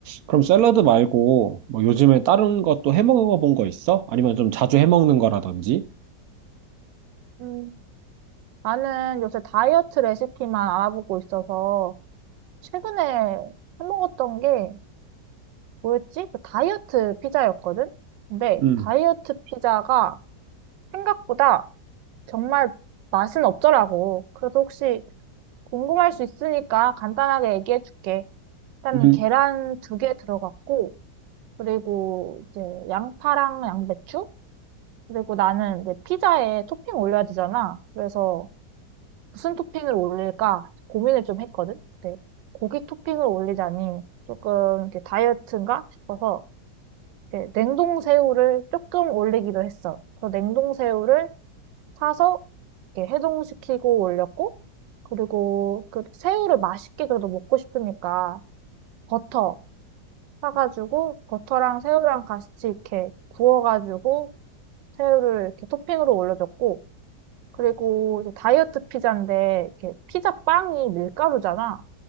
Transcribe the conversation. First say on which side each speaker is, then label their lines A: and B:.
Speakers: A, on the right; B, on the right.
A: 그럼 샐러드 말고 뭐 요즘에 다른 것도 해 먹어본 거 있어? 아니면 좀 자주 해 먹는 거라든지?
B: 음, 나는 요새 다이어트 레시피만 알아보고 있어서 최근에 해먹었던 게 뭐였지? 그 다이어트 피자였거든? 근데
A: 음,
B: 다이어트 피자가 생각보다 정말 맛은 없더라고. 그래서 혹시 궁금할 수 있으니까 간단하게 얘기해 줄게. 일단
A: 음,
B: 계란 두 개 들어갔고, 그리고 이제 양파랑 양배추? 그리고 나는 이제 피자에 토핑 올려야 되잖아. 그래서 무슨 토핑을 올릴까 고민을 좀 했거든. 근데 고기 토핑을 올리자니 조금 이렇게 다이어트인가 싶어서 이렇게 냉동 새우를 조금 올리기로 했어. 그래서 냉동 새우를 사서 이렇게 해동시키고 올렸고, 그리고 그 새우를 맛있게 그래도 먹고 싶으니까 버터 사가지고 버터랑 새우랑 같이 이렇게 구워가지고 새우를 이렇게 토핑으로 올려줬고, 그리고 이제 다이어트 피자인데 이렇게 피자 빵이 밀가루잖아.